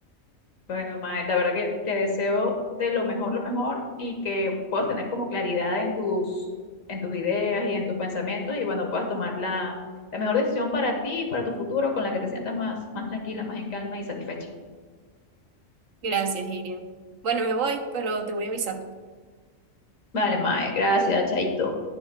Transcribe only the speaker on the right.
Gracias, Irian. Bueno, me voy, pero te voy avisando.